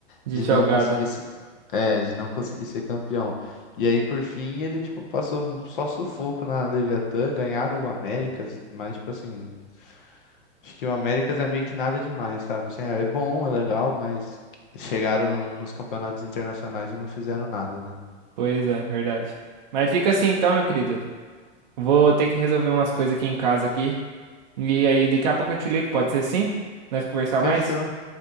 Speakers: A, on the right; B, on the left.
A: De
B: de
A: jogada.
B: não conseguir se- é, de não conseguir ser campeão. E aí, por fim, ele, tipo, passou um- só sufoco na Leviatã, ganharam o Américas, mas, tipo assim, acho que o Américas é meio que nada demais, sabe? Assim, é bom, é legal, mas chegaram no- nos campeonatos internacionais e não fizeram nada, né?
A: Pois é, verdade. Mas fica assim então, meu querido. Vou ter que resolver umas coisas aqui em casa aqui. E aí, daqui a pouco eu te ligo, pode ser sim? Nós conversar
B: Fechou.
A: mais?